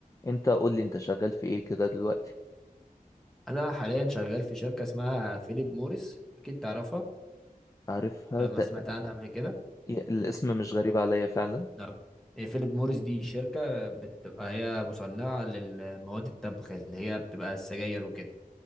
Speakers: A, on the left (about 20°); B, in the centre.
A: أنت قول لي أنت شغال في إيه كده دلوقتي
B: انا حاليا شغال في شركة اسمها فيليب موريس اكيد تعرفها
A: عارفها
B: ولا
A: تق...
B: ما سمعت عنها قبل كده
A: الاسم مش غريب عليا فعلا
B: لا إيه، فيليب موريس دي شركة بتبقى هي مصنعة للمواد التبغ اللي هي بتبقى السجاير وكده